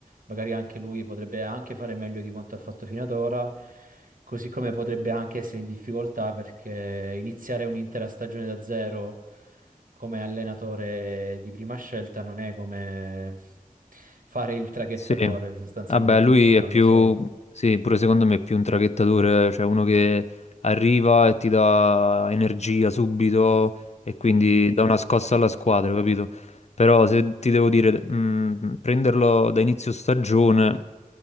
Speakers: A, on the right (about 70°); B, on the left (about 50°).
A: magari anche lui potrebbe anche fare meglio di quanto ha fatto fino ad ora, così come potrebbe anche essere in difficoltà perché iniziare un'intera stagione da zero come allenatore di prima scelta non è come fare il traghettatore
B: Sì,
A: sostanzialmente,
B: vabbè, lui
A: quindi
B: è
A: non
B: più,
A: lo so.
B: sì, pure secondo me è più un traghettatore, cioè uno che arriva e ti dà energia subito e quindi
A: Mhm,
B: dà una scossa alla squadra,
A: sì.
B: capito? Però se ti devo dire, mh, prenderlo da inizio stagione,